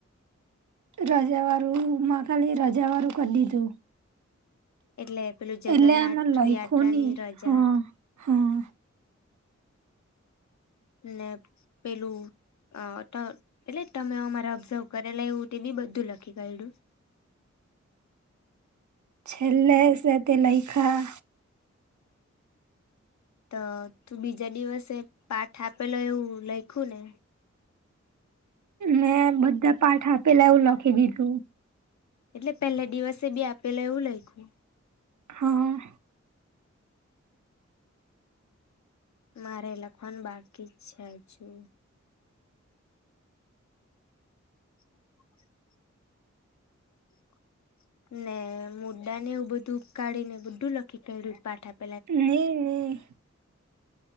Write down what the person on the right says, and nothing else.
રજાવાળું, મા ખાલી રજાવાળું કર દીધું.
એટલે આમાં લયખું
નહી
હા હા
છેલ્લે સે તે લઈખા.
મેં બધા પાઠ આપેલા એવું લખી દીધું.
હા.
ની ની.